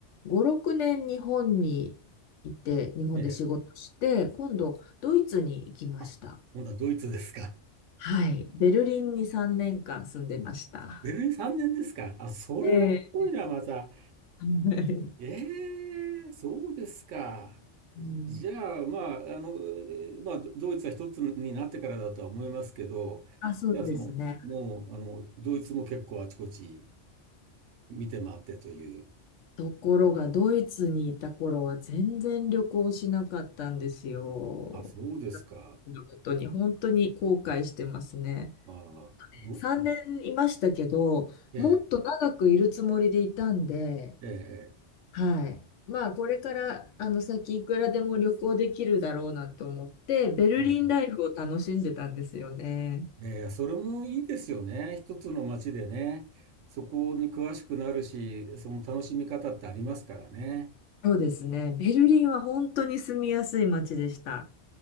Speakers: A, on the left; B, on the right.
A: 5、6年日本にいて、日本で仕事して、
B: ええ
A: 今度、ドイツに行きました。
B: あ、今度はドイツですか。
A: はい。ベルリンに3年間住んでました。
B: ベルリン3年ですか。あ、それはすごいな、
A: ええ。
B: また。
A: <laughs>
B: ええそうですか。
A: うん
B: じゃあ、まあ、あの、えーまあ、ドドイツは一つになってからだとは思いますけど、
A: あ、そうですね。
B: じゃあ、その、もう、あの、ドイツも結構あちこち見て回ってという。
A: ところが、ドイツにいた頃は全然旅行しなかったんですよ。
B: あ、そうですか。
A: このことに、本当に後悔してますね。
B: ああ、ど
A: 3年いましたけど、
B: ええ
A: もっと長くいるつもりでいたんで、
B: ええ
A: はい。まあ、これから、あの、先いくらでも旅行できるだろうなと思って、ベルリンライフを楽しんでたんですよね。
B: ええええそれもいいですよね。一つの街でね、そこに詳しくなるし、その楽しみ方ってありますからね。
A: そうですね。ベルリンは本当に住みやすい街でした。